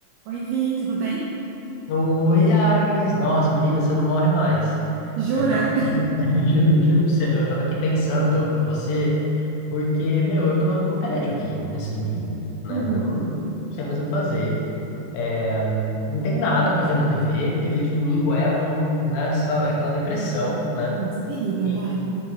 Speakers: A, on the right (about 85°); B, on the left (about 80°).
A: Oi, Vi, tudo bem?
B: Oi, Agnes. Nossa, menina, você não morre mais.
A: Jura?
B: Eu tava aqui, <laughs> juro, juro pra você, meu, eu tava aqui pensando em você, porque, meu, eu tô num tédio aqui nesse domingo, né?
A: Uhum.
B: Eu não sei mais o que fazer. É, não tem nada pra ver na TV. TV de domingo é um, nessa, é aquela depressão, né?
A: Nossa, terrível,
B: E,
A: né?